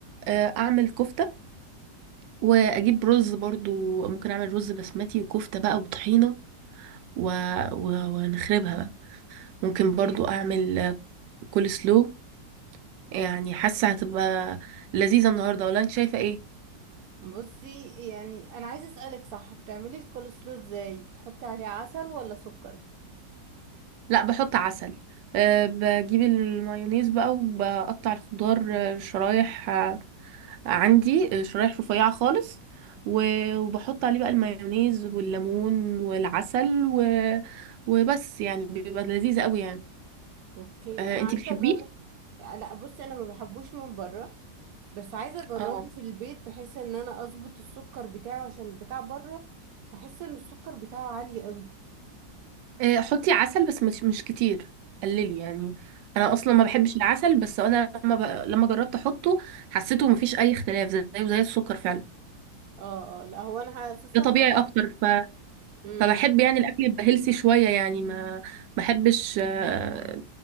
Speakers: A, on the right (about 85°); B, on the right (about 70°).
A: آه اعمل كفته واجيب رز برضو ممكن اعمل رز بسمتي وكفته بقى وطحينه و... و... ونخربها بقى ممكن
B: أوكي
A: برضو اعمل آه، كول سلو يعني حاسه هتبقى لذيذه النهارده ولا انت شايفه ايه
B: بصي يعني أنا عايزة أسألك صح بتعملي الكولسلو إزاي بتحطي عليه عسل ولا سكر
A: لا بحط عسل أه بجيب المايونيز بقى وبقطع الخضار آه، شرايح آه، عندي آه، شرايح رفيعة خالص و- وبحط عليه بقى المايونيز والليمون والعسل و... وبس يعني بيبقى لذيذ قوي يعني
B: أوكي
A: أه
B: أنا
A: انتي
B: عايزة
A: بتحبيه
B: أجرب لا بصي أنا ما بحبوش من بره بس عايزة أجربه
A: اه
B: في البيت بحيث إن أنا أظبط السكر بتاعه عشان بتاع بره بحس إن السكر بتاعه عالي قوي
A: آه، حطي عسل بس مش مش كتير قللي يعني انا
B: مم.
A: اصلا ما بحبش العسل بس انا لما ب... لما جربت احطه حسيته مفيش اي اختلاف زيه زي السكر فعلا
B: اه اه لا هو انا اساسا
A: ده طبيعي
B: بحاول
A: اكتر
B: مم،
A: فبحب يعني الاكل يبقى هيلثي شويه يعني ما ما بحبش آه،